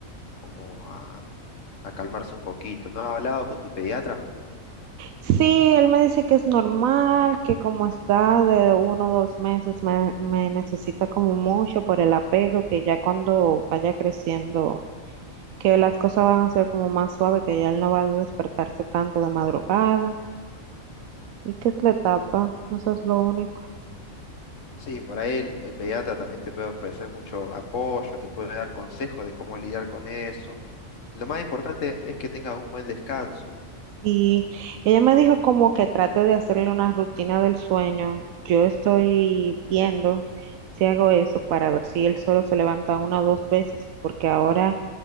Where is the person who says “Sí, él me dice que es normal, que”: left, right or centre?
Right